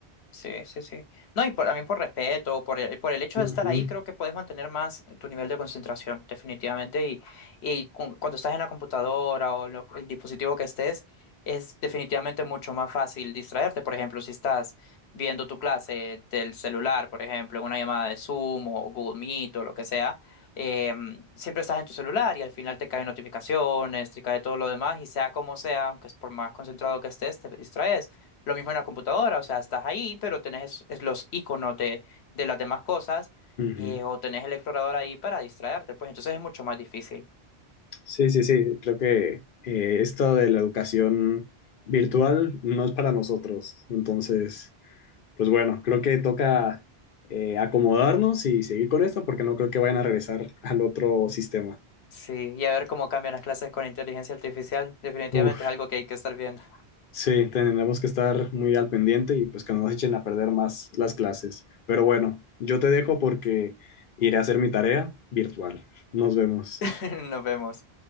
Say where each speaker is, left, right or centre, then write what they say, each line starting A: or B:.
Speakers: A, on the left; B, on the left.
A: Sí, sí, sí. No, y por, también por respeto, por el, por el hecho
B: Ujú,
A: de estar ahí, creo que puedes mantener más tu nivel de concentración, definitivamente. Y, y cu- cuando estás en la computadora o lo- el dispositivo que estés, es definitivamente mucho más fácil distraerte. Por ejemplo, si estás viendo tu clase del celular, por ejemplo, en una llamada de Zoom o Google Meet o lo que sea, eh, siempre estás en tu celular y al final te caen notificaciones, te cae todo lo demás y sea como sea, aunque es por más concentrado que estés, te distraes. Lo mismo en la computadora, o sea, estás ahí, pero tenés es- es los iconos de, de las demás cosas
B: ujú.
A: eh, o tenés el explorador ahí para distraerte, pues entonces es mucho más difícil.
B: Sí, sí, sí, creo que eh, esto de la educación virtual no es para nosotros. Entonces, pues bueno, creo que toca eh, acomodarnos y seguir con esto porque no creo que vayan a regresar al otro sistema.
A: Sí, y a ver cómo cambian las clases con inteligencia artificial, definitivamente
B: Uf,
A: es algo que hay que estar viendo.
B: sí, tendremos que estar muy al pendiente y pues que no nos echen a perder más las clases. Pero bueno, yo te dejo porque iré a hacer mi tarea virtual. Nos vemos.
A: <laughs> Nos vemos.